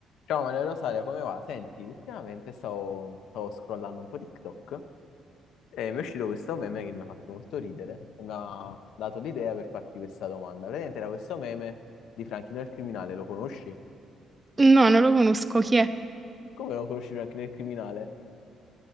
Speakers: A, on the left (about 80°); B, on the right (about 15°).
A: Ciao Maria Rosaria, come va? Senti, ultimamente stavo, stavo scrollando un po' TikTok e mi è uscito questo meme che mi ha fatto molto ridere e mi ha dato l'idea per farti questa domanda. Praticamente era questo meme di Franchino il criminale, lo conosci?
B: No, non lo conosco. Chi è?
A: Come non conosci Franchino il criminale?